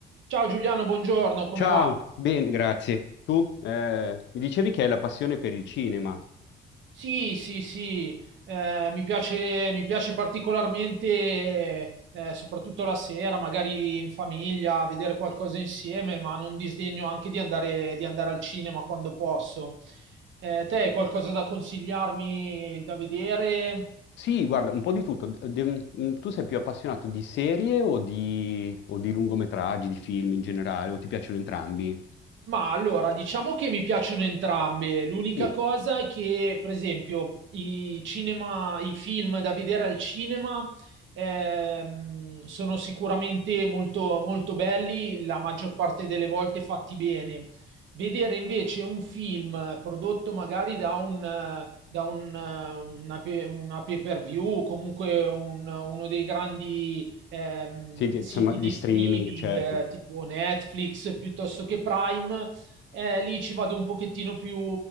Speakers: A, on the right (about 75°); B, on the left (about 65°).
A: Ciao Giuliano, buongiorno, come
B: Ciao,
A: va?
B: bene, grazie. Tu eh, mi dicevi che hai la passione per il cinema.
A: Sì, sì, sì, eh, mi piace, mi piace particolarmente, eh, soprattutto la sera, magari in famiglia, vedere qualcosa insieme, ma non disdegno anche di andare, di andare al cinema quando posso. Eh, te hai qualcosa da consigliarmi da vedere?
B: Sì, guarda, un po' di tutto. De- de- mm, tu sei più appassionato di serie o di, o di lungometraggi, di film in generale, o ti piacciono entrambi?
A: Ma allora, diciamo che mi piacciono entrambe. L'unica
B: Sì,
A: cosa è che, per esempio, i cinema, i film da vedere al cinema ehm, sono sicuramente molto, molto belli, la maggior parte delle volte fatti bene. Vedere invece un film prodotto magari da un, eh, da un, eh, una, pe- una pay-per-view o comunque un- uno dei grandi ehm,
B: Sì, di- insomma,
A: siti
B: di
A: di
B: streaming,
A: streaming
B: certo.
A: eh, tipo Netflix piuttosto che Prime, eh, lì ci vado un pochettino più